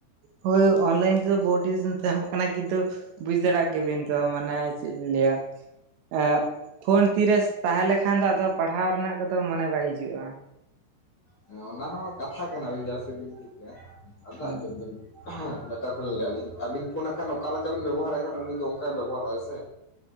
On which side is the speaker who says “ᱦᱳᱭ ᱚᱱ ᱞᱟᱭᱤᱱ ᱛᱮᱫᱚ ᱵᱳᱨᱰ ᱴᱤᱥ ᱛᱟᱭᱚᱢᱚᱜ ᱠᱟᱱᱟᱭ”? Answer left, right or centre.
Right